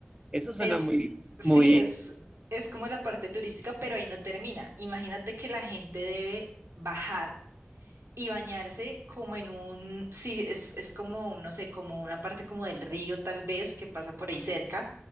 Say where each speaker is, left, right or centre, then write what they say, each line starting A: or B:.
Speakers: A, on the right (about 20°); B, on the right (about 75°).
A: Eso suena
B: es,
A: muy,
B: sí,
A: muy
B: es, es como la parte turística, pero ahí no termina. Imagínate que la gente debe bajar y bañarse como en un, sí, es, es como, no sé, como una parte como del río tal vez que pasa por ahí cerca.